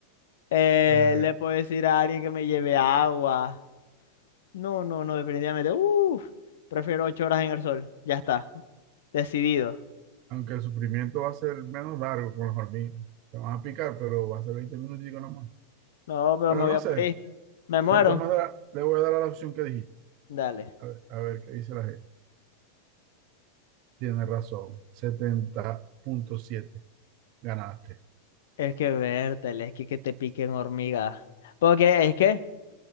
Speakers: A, on the left; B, on the right.
A: Eh,
B: Eh,
A: le puedo decir a alguien que me lleve agua. No, no, no, definitivamente. Uf, prefiero ocho horas en el sol. Ya está, decidido.
B: aunque el sufrimiento va a ser menos largo con las hormigas. Te van a picar, pero va a ser 20 minutos nomás.
A: No, pero
B: Pero
A: me voy
B: no
A: a
B: sé,
A: morir. Me muero.
B: de todas maneras, le voy a dar a la opción que dijiste.
A: Dale.
B: A ver, a ver qué dice la gente. Tiene razón, Setenta punto siete. Ganaste.
A: Es que vértele, es que, que te piquen hormigas. Porque es que,